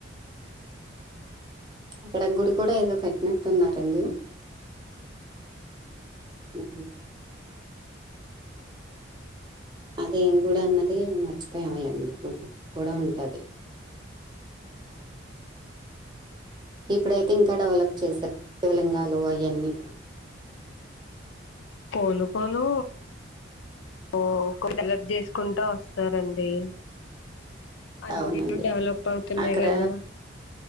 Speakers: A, on the right (about 20°); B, on the left (about 75°).
A: అక్కడ గుడి కూడా ఏదో కట్టినట్టు ఉన్నారండి అ అదేం కూడా అన్నది మర్చిపోవాలండి కూడా ఉంటది ఇప్పుడైతే ఇంకా డెవలప్ చేసారు శివలింగాలు అవన్నీ
B: పోను పోను ఓ కొంచ హలప్ చేసుకుంటా వస్తారండి అ
A: అవునండి
B: నూరులు డెవలప్ అవుతున్నాయి
A: అక్కడ
B: కదా